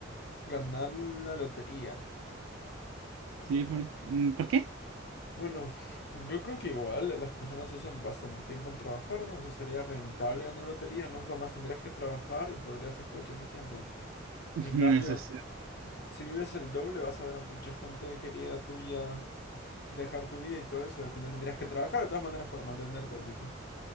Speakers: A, on the left; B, on the right.
A: Ganar la lotería.
B: Sí, ¿por, mm, ¿por qué?
A: Bueno, yo creo que igual las personas usan bastante tiempo en trabajar, ¿no? O sea, sería rentable ganar la lotería, nunca más tendrías que trabajar y podrías aprovechar ese tiempo.
B: <laughs>
A: En
B: Eso
A: cambio,
B: es cier-
A: si vives el doble, vas a ver a mucha gente querida tuya dejar tu vida y todo eso. Al final tendrías que trabajar de todas maneras para mantenerte, así que.